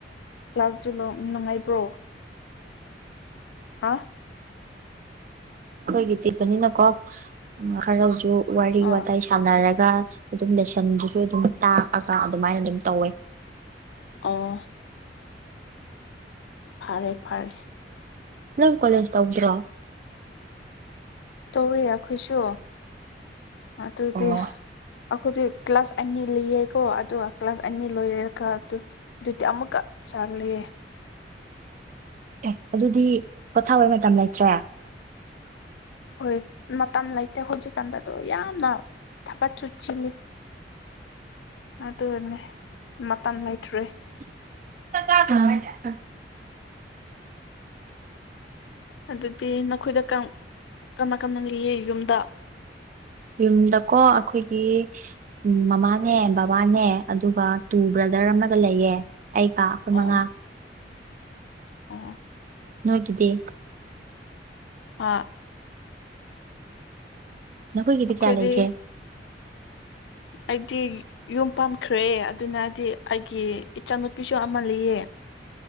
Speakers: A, on the left; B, on the right.
A: ꯀ꯭ꯂꯥꯁꯗꯨ ꯂꯣ ꯅꯨꯡꯉꯥꯏꯕ꯭ꯔꯣ ꯍꯥꯥ
B: ꯑꯩꯈꯣꯏꯒꯤ ꯇꯤꯄꯅꯤꯅꯀꯣ ꯎ ꯈꯔꯁꯨ ꯋꯥꯔꯤ
A: ꯑ
B: ꯋꯥꯇꯥꯏ ꯁꯥꯟꯅꯔꯒ ꯑꯗꯨꯝ ꯂꯦꯁꯟꯗꯨꯁꯨ ꯑꯗꯨꯝ ꯇꯥꯛꯑꯒ ꯑꯗꯨꯃꯥꯏꯅ ꯑꯗꯨꯝ ꯇꯧꯋꯦ
A: ꯑꯣ ꯐꯔꯦ ꯐꯔꯦ
B: ꯅꯪ ꯀꯣꯂꯦꯖ ꯇꯧꯗ꯭ꯔꯣ
A: ꯇꯧꯋꯦ ꯑꯩꯈꯣꯏꯁꯨ ꯑꯗꯨꯗꯤ
B: ꯑꯣ
A: ꯑꯩꯈꯣꯏꯗꯤ ꯀ꯭ꯂꯥꯁ ꯑꯅꯤ ꯂꯤꯌꯦꯀꯣ ꯑꯗꯨꯒ ꯀ꯭ꯂꯥꯁ ꯑꯅꯤ ꯂꯣꯏꯔꯦꯒ ꯑꯗꯨ ꯑꯗꯨꯗꯤ ꯑꯃꯨꯛꯀ ꯆꯠꯂꯦ
B: ꯑꯦ ꯑꯗꯨꯗꯤ ꯄꯣꯊꯥꯕꯩ ꯃꯇꯝ ꯂꯩꯇ꯭ꯔꯦ
A: ꯍꯣꯏ ꯃꯇꯝ ꯂꯩꯇꯦ ꯍꯧꯖꯤꯛꯀꯥꯟꯗ ꯑꯗꯨ ꯌꯥꯝꯅ ꯊꯕꯠꯁꯨ ꯆꯤꯜꯂꯤ ꯑꯗꯨꯅꯦ ꯃꯇꯝ ꯂꯩꯇ꯭ꯔꯦ
B: <unintelligible>
A: ꯑꯗꯨꯗꯤ ꯅꯈꯣꯏꯗ ꯀꯔꯝ ꯀꯟꯅ ꯀꯟꯅ ꯂꯤꯌꯦ ꯌꯨꯝꯗ
B: ꯌꯨꯝꯗꯀꯣ ꯑꯈꯣꯏꯒꯤ ꯎꯝ ꯃꯃꯥꯅꯦ ꯕꯕꯥꯅꯦ ꯑꯗꯨꯒ ꯇꯨ ꯕ꯭ꯔꯗꯔ ꯑꯃꯒ ꯂꯩꯌꯦ ꯑꯩ ꯀꯥ ꯃꯉꯥ
A: ꯑꯣ ꯑꯣ
B: ꯅꯣꯏꯒꯤꯗꯤ
A: ꯍꯥꯥ
B: ꯅꯈꯣꯏꯒꯤꯗꯤ
A: ꯑꯩꯈꯣꯏꯗꯤ
B: ꯀꯌꯥ ꯂꯩꯒꯦ
A: ꯑꯩꯗꯤ ꯌꯨꯝ ꯄꯥꯟꯈ꯭ꯔꯦ ꯑꯗꯨꯅꯗꯤ ꯑꯩꯒꯤ ꯏꯆꯥꯅꯨꯄꯤꯁꯨ ꯑꯃ ꯂꯩꯌꯦ